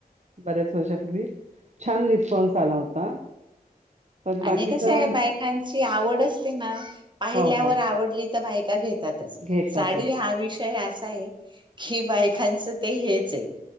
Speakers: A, on the right; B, on the right.
A: बऱ्याच वर्षापूर्वी छान रिस्पॉन्स आला होता पण बाकीचा
B: आणि कस आहे बायकांची आवड असते ना पाहिल्यावर
A: हो हो
B: आवडली त्या बायका घेतता
A: घेतातच
B: साडी हा विषय अस आहे की बायकांचं ते हेच आहे